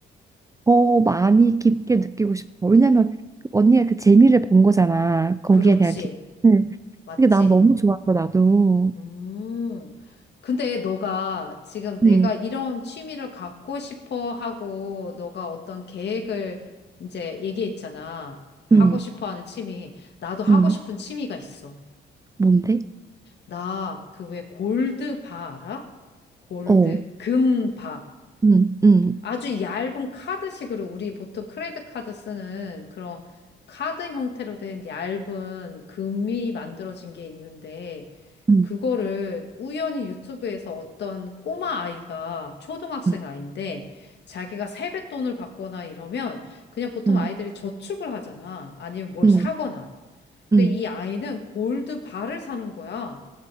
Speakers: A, on the right; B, on the left.
A: 더 많이 깊게 느끼고 싶어. 왜냐면 그 언니가 그 재미를 본 거잖아. 거기에
B: 그렇지.
A: 대한 깊이
B: 맞지.
A: 그게 난 너무 좋아서 나도.
B: 음. 근데 너가 지금 내가
A: 응,
B: 이런 취미를 갖고 싶어 하고, 너가 어떤 계획을 이제 얘기했잖아. 하고
A: 응,
B: 싶어 하는 취미. 나도 하고
A: 응.
B: 싶은 취미가 있어.
A: 뭔데?
B: 나 그 왜 골드바 알아? 골드,
A: 어,
B: 금 바.
A: 응, 응,
B: 아주 얇은 카드식으로 우리 보통 크레딧 카드 쓰는 그런 카드 형태로 된 얇은 금이 만들어진 게 있는데
A: 응,
B: 그거를 우연히 유튜브에서 어떤 꼬마 아이가 초등학생
A: 응,
B: 아이인데 자기가 세뱃돈을 받거나 이러면 그냥 보통
A: 응,
B: 아이들이 저축을 하잖아. 아니면 뭘
A: 응,
B: 사거나. 근데
A: 응.
B: 이 아이는 골드 바를 사는 거야.